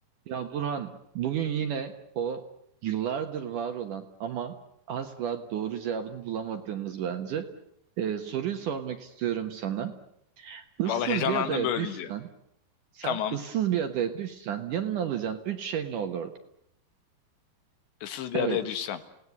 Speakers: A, on the right (about 60°); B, on the left (about 80°).
A: Ya Burhan, bugün yine o yıllardır var olan ama asla doğru cevabını bulamadığımız bence e, soruyu sormak istiyorum sana. Issız
B: Vallahi heyecanlandım
A: bir adaya
B: böyle
A: düşsen,
B: deyince.
A: sen
B: Tamam.
A: ıssız bir adaya düşsen yanına alacağın üç şey ne olurdu?
B: Issız bir
A: Evet
B: adaya düşsem.